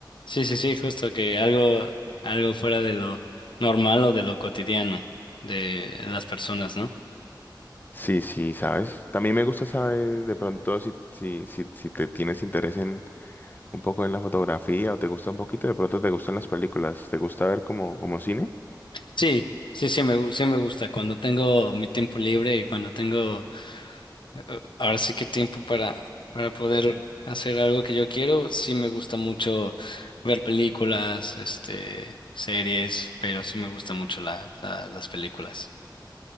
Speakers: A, on the left; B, on the left.
A: Sí, sí, sí, justo que algo, algo fuera de lo normal o de lo cotidiano de las personas, ¿no?
B: Sí, sí, ¿sabes? También me gusta saber de pronto si, si, si, si te tienes interés en un poco en la fotografía o te gusta un poquito, de pronto te gustan las películas, ¿te gusta ver como, como cine?
A: Sí, sí, sí me, gu- sí me gusta. Cuando tengo mi tiempo libre y cuando tengo eh, ahora sí que tiempo para, para poder hacer algo que yo quiero. Sí me gusta mucho ver películas, este, series, pero sí me gusta mucho la, la- las películas.